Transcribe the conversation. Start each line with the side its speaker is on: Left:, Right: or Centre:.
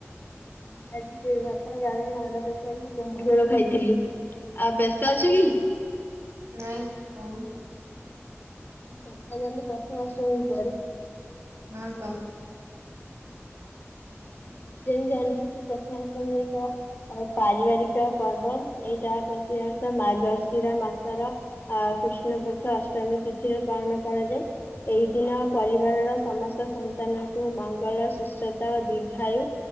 Left: ଭାତ, ଡାଲି, ଅଣ୍ଡା ତରକାରୀ ଲେମ୍ବୁ ଝୋଳ ଖାଇଥିଲି। ଆଉ ବ୍ୟ ତ ଅଛି କି?
Right: ନାଇଁ କହୁନୁ।
Left: <unintelligible> ପ୍ରଥମାଷ୍ଟମୀ ପରେ
Right: ହଁ କହ।
Left: <inaudible> ଯେମିତି ଜାଣିଚ କି ପ୍ରଥମାଷ୍ଟମୀ ଏକ ପାରିବାରିକ ପର୍ବ। ଏଇଟା ପ୍ରତି ମାର୍ଗଶିର ମାସର ଅ କୃଷ୍ଣ ପକ୍ଷ ଅଷ୍ଟମୀ ତିଥିରେ ପାଳନ କରାଯାଏ। ଏଇ ଦିନ ପରିବାରର ସମସ୍ତ ସନ୍ତାନଙ୍କୁ ମଙ୍ଗଳ ସୁସ୍ଥତା ଓ ଦି ଦୀର୍ଘାୟୁ